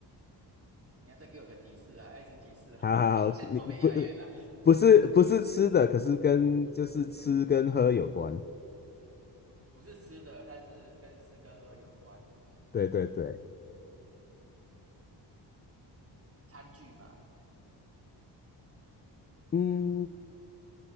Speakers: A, on the right (about 30°); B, on the left (about 25°).
A: 你要再给我个提示啊，要一直提示啊，
B: 好好好，
A: <laughs> 现在后面押韵了，
B: 你不不是不是吃的，可是跟就是吃跟喝有关。
A: 不是吃的，但是跟吃跟喝有关，
B: 对对对，
A: 餐具吗？
B: 嗯，